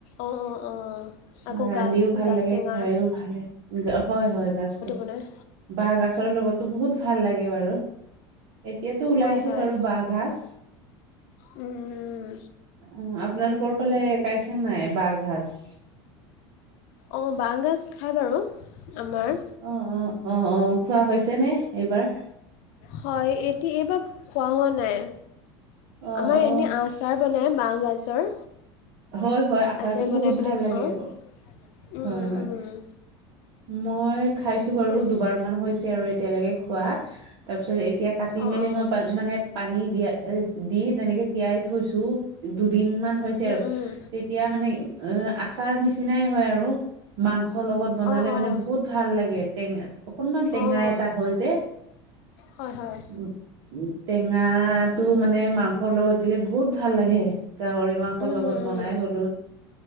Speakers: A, on the left; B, on the right.
A: অঁ অঁ অঁ আকৌ
B: অ ৰান্ধিও
A: গাজ
B: ভাল
A: গাজ
B: লাগে,
A: টেঙা
B: খাইও ভাল লাগে। হয়। হয়। গছ তে
A: ম <unintelligible>
B: বাঁহ গছৰ লগত ত বহুত ভাল লাগে বাৰু এতিয়াতো ওলাইছে
A: হয় হয়
B: বাৰু বাঁহ ঘাজ।
A: উম উম
B: অ আপোনালোকৰ ফালে কাইছে নাই বাঁহ ঘাজ?
A: অঁ বাঁহগাজ খায় বাৰু আমাৰ।
B: অ অ অ অ খোৱা হৈছে নে এইবাৰ?
A: হয়। এতিয়া এইবাৰ খোৱা হোৱা নাই।
B: অ
A: আমাৰ
B: অ
A: এনেই আচাৰ বনাই বাহ গাজৰ
B: হয়। হয়। আচাৰটো
A: আচাৰ
B: বহুত ভাল লাগে
A: খাওঁ
B: আকৌ
A: উম,
B: হয়।
A: উম,
B: হয়।
A: উম,
B: মই খাইছো বাৰু
A: তাকে
B: দুবাৰ মান হৈছে আৰু এতিয়ালৈকে খোৱা তাৰ পিছত এতিয়া কাটি
A: অঁ
B: মেলি
A: অঁ
B: মই পা মানে পানী দিয়া এ দি তেনেকে তিয়াই থৈছো দুদিন মান হৈছে
A: উম,
B: আৰু
A: উম।
B: তেতিয়া মানে আচাৰ নিচিনাই হয় আৰু মাংস ৰ লগত বনালে
A: অঁ
B: মানে
A: অঁ
B: বহুত ভাল লাগে টেঙা অকণমান টেঙা
A: অঁ
B: এটা হয় যে,
A: হয় হয়
B: উম উম। টেঙাটো মানে মাংসৰ লগত দিলে বহুত ভাল লাগে, গাহৰি মাংস
A: উম,
B: লগত
A: উম,
B: বনাই
A: উম।
B: হলো।